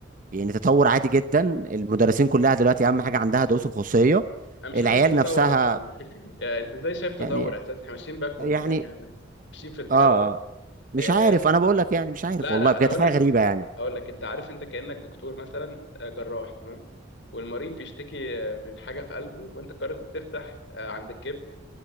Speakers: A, on the right; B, on the left.
A: يعني تطور عادي جدا المدرسين كلها دلوقتي اهم حاجه عندها دروس الخصوصيه
B: انا مش
A: العيال
B: شايف ان في تطور
A: نفسها
B: اصلا <laughs> يعني انت ازاي شايف تطور
A: يعني
B: اساسا احنا ماشيين باكورد
A: يعني
B: يعني إحنا ماشيين في اتجاه
A: اه آه.
B: غلط
A: مش
B: آه،
A: عارف انا بقول لك يعني مش عارف
B: لا
A: والله
B: لا
A: بجد
B: انا اقول
A: حاجه
B: لك
A: غريبه يعني
B: اقول لك انت عارف انت كانك دكتور مثلا آه، جراح تمام والمريض بيشتكي آه، من حاجه في قلبه وانت قررت تفتح آه، عند الكبد